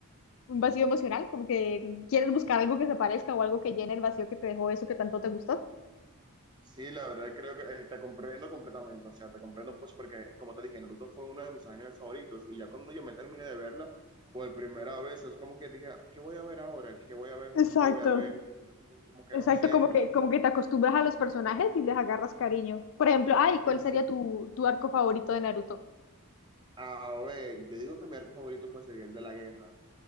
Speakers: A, on the left (about 60°); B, on the right (about 20°).
A: un vacío emocional, como que quieres buscar algo que se parezca o algo que llene el vacío que te dejó eso que tanto te gustó.
B: Sí, la verdad creo que eh, te comprendo completamente, o sea, te comprendo pues porque, como te dije, Naruto fue uno de mis animes favoritos y ya cuando yo me terminé de verlo, por primera vez, es como que dije, ¿qué voy a ver ahora? ¿Qué voy a ver?
A: Exacto.
B: No sé qué voy a ver, <laughs> como como que
A: Exacto,
B: no sé.
A: como que, como que te acostumbras a los personajes y les agarras cariño. Por ejemplo, ay, ¿cuál
B: Es-
A: sería tu, tu arco favorito de Naruto?
B: A ver, yo digo que mi arco favorito pues sería el de la guerra.